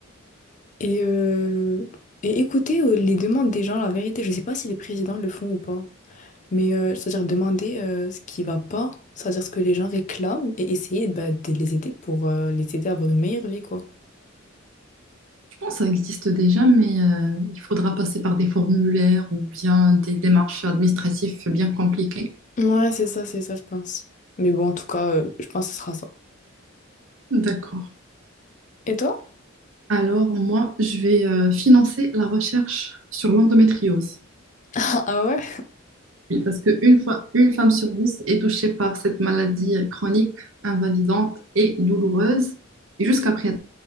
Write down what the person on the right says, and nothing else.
Je pense que ça existe déjà, mais euh, il faudra passer par des formulaires ou bien des démarches administratives bien compliquées.
D'accord.
Alors, moi, je vais euh, financer la recherche sur l'endométriose.
Oui, parce qu'une fois, une femme sur dix est touchée par cette maladie chronique, invalidante et douloureuse. Et jusqu'à présent,